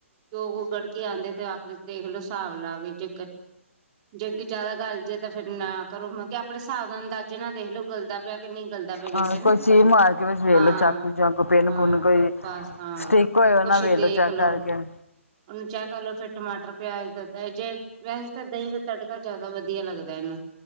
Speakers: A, on the right; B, on the left.
A: ਦੋ ਗੋ ਗੜਕੇ ਆਉਂਦੇ ਤੇ ਆਪਣੇ ਦੇਖ ਲਓ ਹਿਸਾਬ ਲਾ ਕੇ ਜੇ ਜੇ ਕੋ ਜ਼ਿਆਦਾ ਗੱਲ ਜੇ ਤਾਂ ਫੇਰ ਨਾ ਕਰੋ ਮਤਲਬ ਕਿ ਆਪਣੇ ਹਿਸਾਬ ਨਾਲ ਅੰਦਾਜ਼ੇ ਨਾਲ ਦੇਖ ਲਓ ਗਲ ਦਾ- ਪਿਆ ਕਿ, ਨਹੀਂ ਗਲਦਾ ਪਿਆ ਵੇਸਨ,
B: ਹਾਂ ਕੋਈ ਚੀਜ਼ ਮਾਰ ਕੇ ਵਿੱਚ ਵੇਖ
A: ਹਾਂ।
B: ਲੋ ਚਾਕੂ ਚਾਕੂ ਪਿੰਨ
A: ਹਾਂ
B: ਪੁੰਨ ਕੋਈ
A: ਬਸ ਹਾਂ
B: ਸਟਿਕ ਹੋਏ ਉਹ
A: ਕੁਛ
B: ਨਾ ਵੇਖ
A: ਦੇਖਲੋ।
B: ਲੋ ਚੈੱਕ ਕਰਕੇ
A: ਉਹਨੂੰ ਚੇ ਕਰ ਲੋ ਫੇਰ ਟਮਾਟਰ, ਪਿਆਜ ਦਿੱਤਾ ਹੈ ਜੇ। ਵੈਸੇ ਤਾਂ ਦਹੀਂ ਦਾ ਤੜਕਾ, ਜ਼ਿਆਦਾ ਵਧੀਆ ਲੱਗਦਾ ਇਹਨੂੰ।